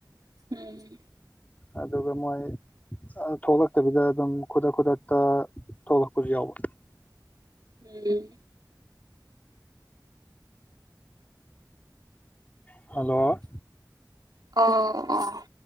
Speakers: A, on the right (about 65°); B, on the left (about 20°).
A: ꯎꯝ
B: ꯑꯗꯨꯒ ꯃꯣꯏ ꯑꯗꯨ ꯊꯣꯛꯂꯛꯇꯕꯤꯗ ꯑꯗꯨꯝ ꯈꯨꯗꯛ ꯈꯨꯗꯛꯇ ꯊꯣꯛꯂꯛꯄꯁꯨ ꯌꯥꯎꯕ
A: ꯎꯝ
B: ꯍꯜꯂꯣ
A: ꯑꯣ ꯑꯣ